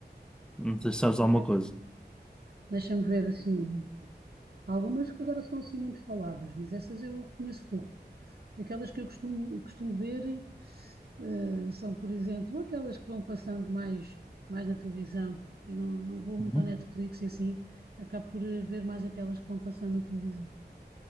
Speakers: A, in the centre; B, on the right.
A: não sei se sabes
B: É,
A: alguma coisa.
B: deixa-me ver, assim, há algumas que agora são assim muito faladas, mas essas eu conheço pouco. Aquelas que eu costumo, costumo ver, eh, são, por exemplo, aquelas que vão passando mais, mais na televisão. Eu não, não vou
A: Não?
B: muito ao Netflix e assim, acabo por eh, ver mais aquelas que vão passando na televisão.